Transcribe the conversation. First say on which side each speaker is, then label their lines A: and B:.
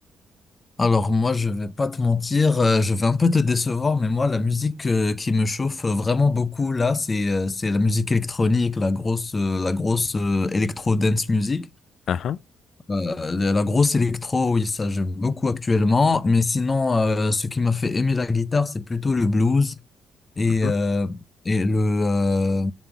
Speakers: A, on the left; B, on the left.
A: Alors moi, je vais pas te mentir, euh, je vais un peu te décevoir, mais moi, la musique euh, qui me chauffe vraiment beaucoup là, c'est euh, c'est la musique électronique, la grosse euh, la grosse euh, électro dance music,
B: Ah, ah,
A: Euh, la la grosse électro, oui, ça j'aime beaucoup actuellement. Mais sinon, euh, ce qui m'a fait aimer la guitare, c'est plutôt le blues et
B: mhm,
A: euh, et le euh,